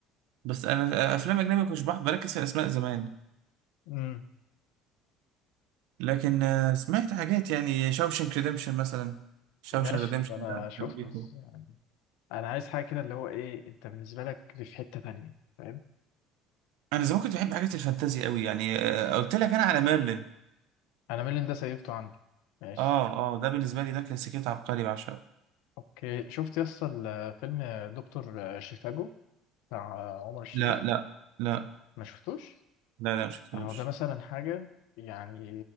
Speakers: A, on the right (about 75°); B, on the left (about 80°).
A: بس انا آه، افلام اجنبي كنتش بح- بركز في الاسماء زمان
B: امم
A: لكن آه، سمعت حاجات يعني شاوشنك ريديمشن مثلا شاوشن
B: ماشي
A: ريديمشن
B: ده انا
A: ده
B: شفته
A: حبيته
B: يعني انا عايز حاجه كده اللي هو ايه انت بالنسبه لك دي في حته تانية فاهم
A: انا زمان كنت بحب حاجات الفانتازي قوي يعني آه، قلت لك انا على ميرلين
B: انا ميلان ده سيفته عندي ماشي
A: اه اه ده بالنسبه لي ده كلاسيكيات عبقري بعشقه
B: اوكي شفت يسطا ال- فيلم دكتور شيفاجو بتاع عمر الشريف
A: لا لا لا
B: ما شفتوش
A: لا لا ما شفتوش
B: اهو ده مثلا حاجه يعني